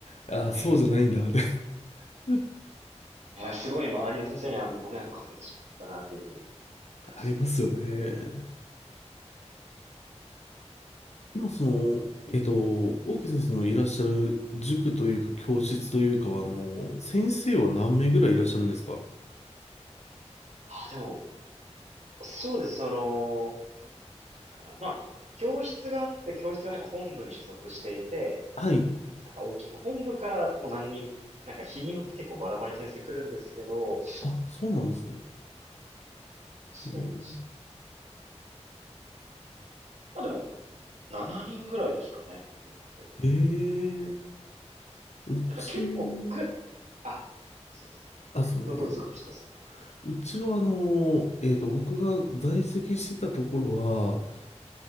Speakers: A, on the left; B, on the right.
A: あー、そうじゃないんだって
B: ええ
A: <laughs>
B: いや、すごい周りの先生にはご迷惑をかけてしまったな、というふうには思ってますね。
A: ありますよね。今その、えっと、大木先生のいらっしゃる塾というか教室というかは、あの、先生は何名ぐらいいらっしゃるんですか
B: あ、でも、そうです、その、どうって言ったらいいかな。まあ、教室があって、教室がなんか本部に所属していて、
A: はい。
B: なんか大きい本本部からもう何人、なんか日によって結構バラバラに先生来るんですけど、
A: あ、そうなんですね。
B: そうですね。
A: えー、
B: まあでも、7人ぐらいですかね、多くて。
A: えーうち、
B: なんか結構く、あ、そうですね。
A: あ、すみません。
B: え、ど、どうですか、
A: えっと、
B: 藤田さん。
A: うちはあの、えっと、僕が在籍してたところは、